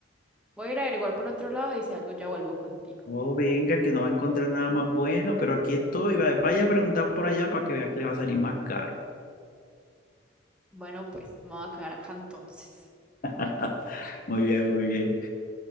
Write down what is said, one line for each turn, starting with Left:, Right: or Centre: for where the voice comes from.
Centre: voy a ir a averiguar por otro lado y si algo ya vuelvo contigo.
Left: Oh, venga, que no va a encontrar nada más bueno, pero aquí estoy. va- Vaya a preguntar por allá para que vea que le va a salir más caro.
Centre: Bueno, pues me voy a quedar acá entonces.
Left: <laughs> Muy bien, muy bien.